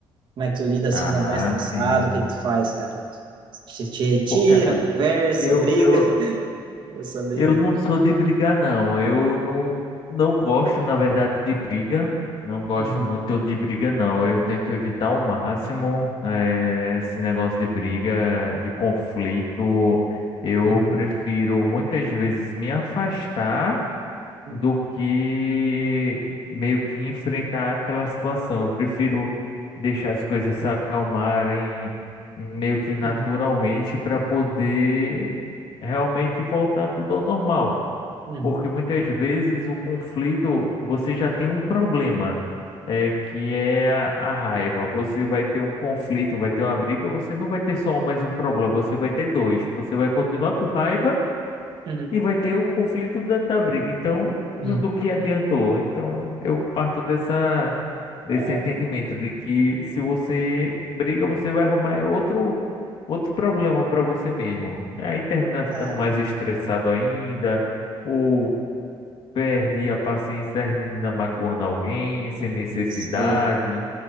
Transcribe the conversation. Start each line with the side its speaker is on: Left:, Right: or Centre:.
Right: Como é que tu lida assim
Left: Ah,
Right: quando tá estressado?
Left: sim.
Right: O que que tu faz, cara? Te, te retira,
Left: Pô, cara,
Right: conversa,
Left: eu,
Right: briga.
Left: eu,
Right: <laughs> Eu saber,
Left: Eu
Right: né?
Left: não sou de brigar, não. Eu não, não gosto, na verdade, de briga. Não gosto
Right: Uhum,
Left: muito de briga, não. Eu tento evitar ao máximo, eh, esse negócio de briga, de conflito. Eu
Right: uhum,
Left: prefiro muitas vezes me afastar
Right: uhum,
Left: do que meio que enfrentar aquela situação. Eu prefiro deixar as coisas se acalmarem meio que
Right: uhum,
Left: naturalmente para poder realmente voltar tudo ao normal.
Right: uhum,
Left: Porque muitas vezes o conflito, você já tem um problema, é, que é a, a raiva. Você vai ter um conflito, vai ter uma briga, você não vai ter só um, mais um problema, você vai ter dois. Você vai continuar com raiva
Right: uhum,
Left: e vai ter o conflito da, da briga. Então, do
Right: uhum.
Left: que adiantou? Então, eu parto dessa, desse
Right: Ah,
Left: entendimento
Right: boa.
Left: de que se você briga, você vai arrumar outro, outro problema para você mesmo. Aí termina ficando
Right: Ah,
Left: mais estressado ainda. Ou Perde a paciência das meninas magoando alguém sem necessidade,
Right: sei.